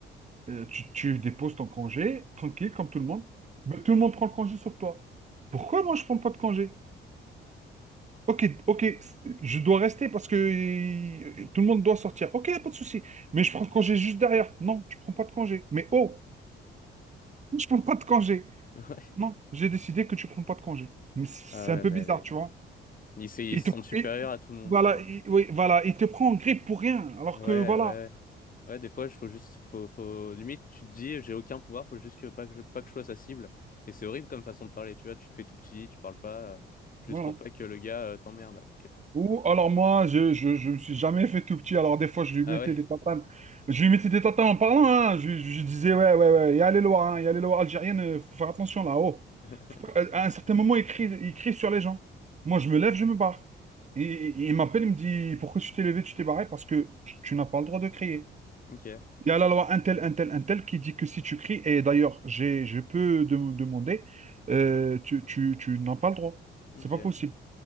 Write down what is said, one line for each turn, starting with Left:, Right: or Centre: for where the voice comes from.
Right: euh, tu, tu déposes ton congé, tranquille, comme tout le monde. mais tout le monde prend le congé sur toi. Pourquoi moi, je prends pas de congé? Ok, ok, je dois rester parce que euh, tout le monde doit sortir. Ok, pas de souci. Mais je prends congé juste derrière. Non, tu prends pas de congé. Mais oh, <laughs> je prends pas de congé.
Left: <laughs> Ouais.
Right: Non, j'ai décidé que tu prends pas de congé. Mais c- c'est
Left: Ah ouais,
Right: un peu
Left: mais
Right: bizarre,
Left: elle est-
Right: tu vois.
Left: ils, se- ils
Right: Il
Left: se
Right: te,
Left: sentent supérieurs
Right: il-
Left: à tout le monde,
Right: voilà,
Left: ce genre de gens.
Right: il- oui, voilà, il te prend en grippe pour rien. Alors
Left: Ouais,
Right: que voilà,
Left: ouais. Ouais, des fois, il faut juste, faut, faut, limite, tu te dis, j'ai aucun pouvoir, faut juste que pas que je, pas que je sois sa cible. Et c'est horrible comme façon de parler, tu vois, tu te fais tout petit, tu parles pas, euh, juste
Right: voilà.
Left: pour pas que le gars, euh, t'emmerde.
Right: Ou alors moi, je, je, je me suis jamais fait tout petit. Alors des fois, je lui
Left: Ah
Right: mettais
Left: ouais.
Right: des tatanes. Je lui mettais des tatanes en parlant. Hein. Je, je- je disais, ouais, ouais, ouais, il y a les lois, hein, il y a les lois algériennes, euh, faut faire attention là-haut.
Left: <laughs>
Right: Faut pas- euh, À un certain moment, il crie, il crie sur les gens. Moi, je me lève, je me barre. Et, et- il m'appelle, il me dit, pourquoi tu t'es levé, tu t'es barré? Parce que j- tu n'as pas le droit de crier.
Left: Ok,
Right: Il y a la loi un tel, un tel, un tel qui dit que si tu cries, et d'ailleurs, j'ai, je peux dem- demander, euh, tu, tu, tu n'as pas le droit.
Left: ok.
Right: C'est pas
Left: Ouais,
Right: possible.